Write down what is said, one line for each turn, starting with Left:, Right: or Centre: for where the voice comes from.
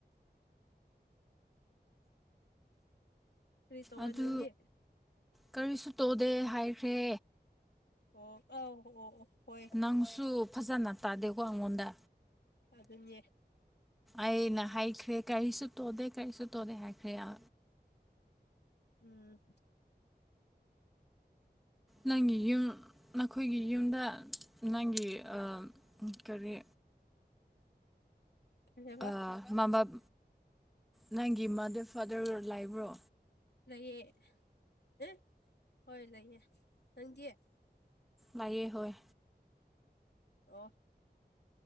Left: ꯀꯔꯤ ꯇꯧꯋꯦ
Centre: ꯑꯗꯨ
Left: ꯅꯪꯗꯤ
Centre: ꯀꯔꯤꯁꯨ ꯇꯣꯗꯦ ꯍꯥꯏꯈ꯭ꯔꯦ
Left: ꯑꯣ ꯑꯧ ꯍꯣ ꯑꯣ ꯑꯣ ꯍꯣꯏ
Centre: ꯅꯪꯁꯨ ꯐꯖꯅ ꯇꯥꯗꯦꯀꯣ ꯑꯉꯣꯟꯗ
Left: ꯑꯗꯨꯅꯦ
Centre: ꯑꯩꯅ ꯍꯥꯏꯈ꯭ꯔꯦ ꯀꯔꯤꯁꯨ ꯇꯣꯗꯦ ꯀꯔꯤꯁꯨ ꯇꯣꯗꯦ ꯍꯥꯏꯈ꯭ꯔꯦ ꯑ
Left: ꯎꯝ
Centre: ꯅꯪꯒꯤ ꯌꯨꯝ ꯅꯈꯣꯏꯒꯤ ꯌꯨꯝꯗ ꯅꯪꯒꯤ ꯑ ꯀꯔꯤ
Left: ꯀꯩꯕ
Centre: ꯑ ꯃꯥꯃꯞ ꯅꯪꯒꯤ ꯃꯥꯗꯔ ꯐꯥꯗꯔ ꯂꯥꯏꯕ꯭ꯔꯣ
Left: ꯂꯩꯑ ꯑ ꯍꯣꯏ ꯂꯩꯌꯦ ꯅꯪꯗꯤ
Centre: ꯂꯩꯌꯦ ꯍꯣꯏ
Left: ꯑꯣ